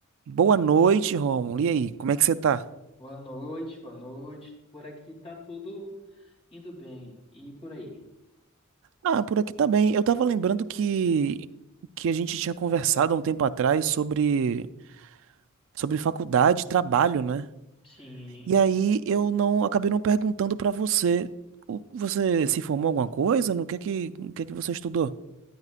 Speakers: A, on the right (about 65°); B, on the left (about 25°).
A: Boa noite, Romulo. E aí, como é que você tá?
B: Boa noite, boa noite. Por aqui tá tudo indo bem. E por aí?
A: Ah, por aqui tá bem. Eu tava lembrando que que a gente tinha conversado há um tempo atrás sobre sobre faculdade e trabalho, né?
B: Sim.
A: E aí eu não acabei não perguntando pra você. O- Você se formou em alguma coisa? No que é que, no que é que você estudou?